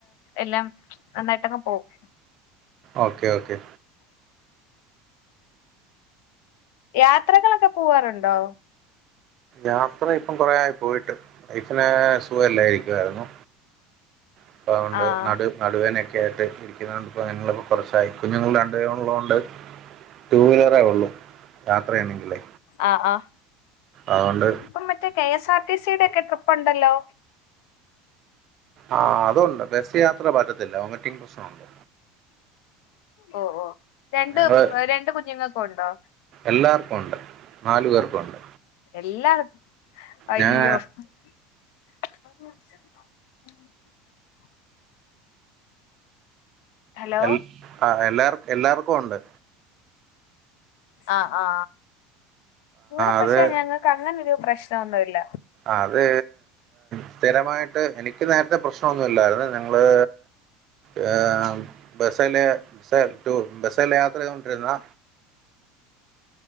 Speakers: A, on the left (about 65°); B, on the right (about 30°).
A: എല്ലാം നന്നായിട്ടങ്ങ് പോകും
B: ഓക്കെ ഓക്കെ
A: യാത്രകളൊക്കെ പോവാറുണ്ടോ
B: യാത്ര ഇപ്പം കൊറേയായി പോയിട്ട് വൈഫിനെ സുഖമില്ലാതിരിക്കുവായിരുന്നു ഇപ്പൊ അതുകൊണ്ട്
A: ആഹ്
B: നടു നടുവേദനയൊക്കെ കേട്ട് ഇപ്പൊ ഞങ്ങളിപ്പോ കൊറച്ചായി ഞങ്ങൾ രണ്ടുപേരും ഉള്ളതുകൊണ്ട് ടൂവീലറേ ഉള്ളൂ. യാത്രയാണെങ്കിലേ
A: ആ ആഹ്
B: അതുകൊണ്ട്
A: ഇപ്പൊ മറ്റേ K S R T C യുടെയൊക്കെ ട്രിപ്പ്‌ ഇപ്പൊണ്ടല്ലോ
B: ആഅതൊണ്ട് ബസ് യാത്ര പറ്റത്തില്ല വൊമിറ്റിങ് പ്രശ്നമുണ്ട്.
A: ഓ ഓഹ് രണ്ട്
B: ഞങ്ങള്
A: രണ്ട് കുഞ്ഞുങ്ങൾക്കും ഉണ്ടോ?
B: എല്ലാർക്കും ഉണ്ട് നാലു പേർക്കും <unintelligible>
A: എല്ലാർക്ക് അയ്യോ
B: ഞാൻ
A: <unintelligible> ഹലോ
B: എൽ ആ എല്ലാർക്കും എല്ലാർക്കും ഉണ്ട്
A: ആ ആ ഇവിടെ
B: അത്
A: പക്ഷെ ഞങ്ങക്ക് അങ്ങന ഒരു പ്രശ് ഇഷ്ടമൊന്നുല്ല
B: അത് സ്ഥിരമായിട്ട് എനിക്ക് നേരത്തെ പ്രശ്നം ഒന്നുല്ലായിരുന്നു. നിങ്ങള് ഏ ബസല് ബസ് ബസല്ല യാത്ര ചെയ്തൊണ്ടിരുന്നാ